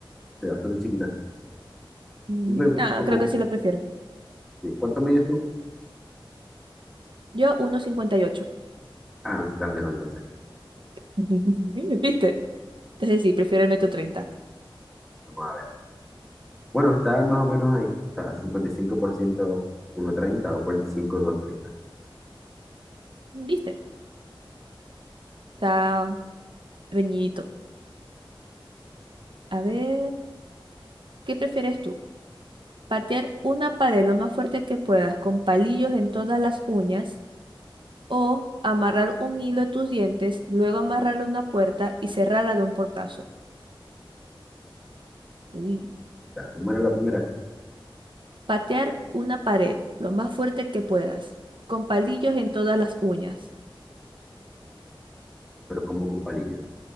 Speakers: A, in the centre; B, on the right.
A: sea, bastante chiquita.
B: nada,
A: Yo creo que cu- cu-
B: creo
A: cu-
B: que sí lo prefiero.
A: sí, ¿cuánto mides tú?
B: Yo uno cincuenta y ocho
A: Ah, no no estoy tan lejos entonces.
B: <laughs> ¿Viste? Entonces sí, prefiero el metro treinta
A: Vamos a ver. Bueno, está más o menos ahí, o sea, 55% 1.30 o 45, 2.30.
B: ¿Viste? Está reñidito. A ver, ¿qué prefieres tú? Patear una pared lo más fuerte que puedas con palillos en todas las uñas o amarrar un hilo a tus dientes, luego amarrarlo a una puerta y cerrarla de un portazo. Uy.
A: O sea, como era la primera,
B: Patear una pared lo más fuerte que puedas con palillos en todas las uñas.
A: pero como con palillos.